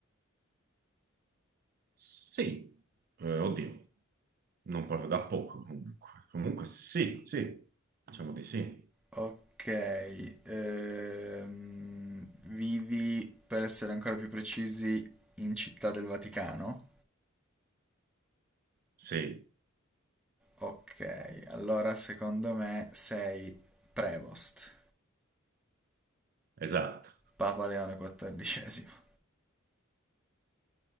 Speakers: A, on the right; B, in the centre.
A: Sì, eh, oddio. Non parlo da poco comunque. Comunque sì, sì, diciamo di sì.
B: Ok, ehm, vivi, per essere ancora più precisi, in Città del Vaticano?
A: Sì,
B: Ok, allora secondo me sei Prevost,
A: esatto,
B: Papa Leone XIV.